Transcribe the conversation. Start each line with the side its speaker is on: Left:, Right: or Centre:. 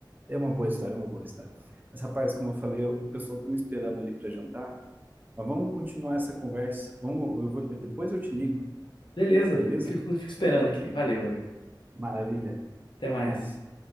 Right: é uma boa história, é uma boa história. Mas, rapaz, como eu falei, o pessoal tá me esperando ali para jantar. Mas vamos continuar essa conversa. Vamos, eu vou, depois eu te ligo,
Left: Beleza,
Right: beleza?
Left: fico, fico esperando aqui. Valeu, meu amigo.
Right: Maravilha.
Left: Até
Right: Até
Left: mais.
Right: mais.